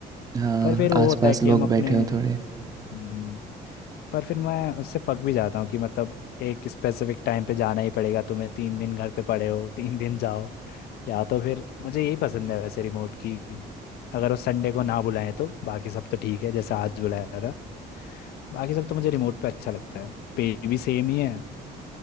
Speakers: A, on the right; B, on the left.
A: हाँ
B: पर फिर वो
A: आसपास
B: होता है कि
A: लोग
B: हम अपने
A: बैठे हों थोड़े
B: हम्म, पर फिर मैं उससे पक भी जाता हूँ कि मतलब एक स्पेसिफिक टाइम पे जाना ही पड़ेगा तुम्हें तीन दिन घर पे पड़े हो तीन दिन जाओ या तो फिर मुझे यही पसंद है वैसे रिमोट की अगर वो संडे को ना बुलाएं तो बाकी सब तो ठीक है जैसे आज बुलाया था बाकी सब तो मुझे रिमोट पे अच्छा लगता है पे भी सेम ही है